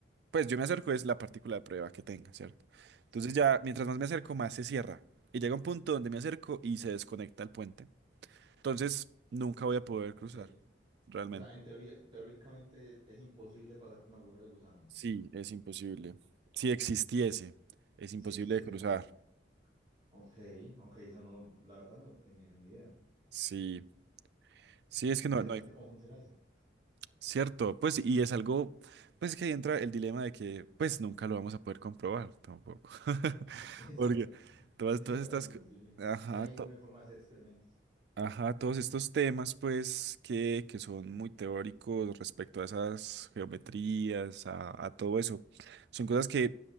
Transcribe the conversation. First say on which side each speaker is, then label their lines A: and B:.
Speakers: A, on the right; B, on the right.
A: Pues yo me acerco, es la partícula de prueba que tenga, ¿cierto? Entonces
B: Sí, sí.
A: ya, mientras más me acerco, más se cierra. Y llega un punto donde me acerco y se desconecta el puente. Entonces, nunca voy a poder
B: Ok.
A: cruzar, realmente.
B: O sea, en teoría, teóricamente es imposible pasar por un agujero de gusano.
A: Sí, es
B: Es,
A: imposible. Si existiese, es imposible
B: sí existiese,
A: de cruzar.
B: claro. Ok, ok, eso no, la verdad no tenía ni idea.
A: Sí, sí, es
B: Interesante
A: que no, no hay,
B: cómo funciona eso.
A: ¿cierto? Pues, y es algo, pues que ahí entra el dilema de que, pues, nunca lo vamos a poder comprobar tampoco. <laughs>
B: <laughs> Es
A: Porque
B: verdad.
A: todas,
B: Es
A: todas
B: verdad,
A: estas...
B: es imposible.
A: co- Ajá,
B: No hay,
A: to-
B: no hay forma de hacer experimentos.
A: Ajá, todos estos temas, pues, que, que son muy teóricos respecto a esas geometrías, a, a todo eso, son cosas que